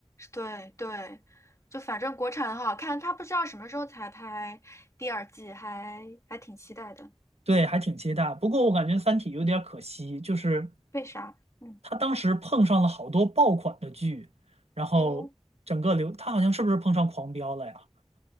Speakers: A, on the left; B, on the right.
A: 对对，就反正国产很好看，它不知道什么时候才拍第二季，还还挺期待的。
B: 对，还挺期待。不过我感觉《三体》有点可惜，就是
A: 为啥？嗯，
B: 他当时碰上了好多爆款的剧，然后整个流，
A: 哦
B: 他好像是不是碰上狂飙了呀？